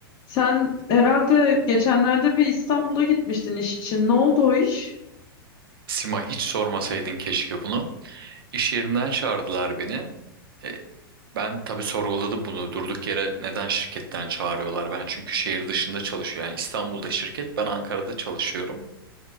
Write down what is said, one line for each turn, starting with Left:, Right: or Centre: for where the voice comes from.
Left: Sen herhalde geçenlerde bir İstanbul'a gitmiştin iş için. Ne oldu o iş?
Right: Sima hiç sormasaydın keşke bunu. İş yerinden çağırdılar beni. E, ben tabii sorguladım bunu. Durduk yere neden şirketten çağırıyorlar? Ben çünkü şehir dışında çalışıyorum. Yani İstanbul'da şirket, ben Ankara'da çalışıyorum.